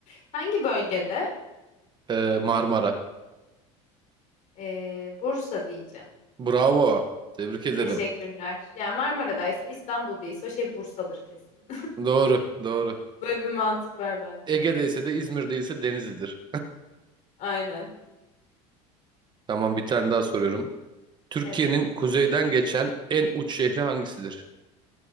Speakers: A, on the left; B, on the right.
A: Hangi bölgede?
B: Ee, Marmara.
A: Ee, Bursa diyeceğim.
B: Bravo. Tebrik ederim.
A: Teşekkürler. Yani Marmara'daysa İstanbul değilse o şey Bursa'dır kesin.
B: Doğru, doğru.
A: <laughs> Böyle bir mantık var bende.
B: Ege'deyse de İzmir'deyse Denizli'dir.
A: Aynen.
B: Tamam bir tane daha soruyorum. Türkiye'nin
A: Evet.
B: kuzeyden geçen en uç şehri hangisidir?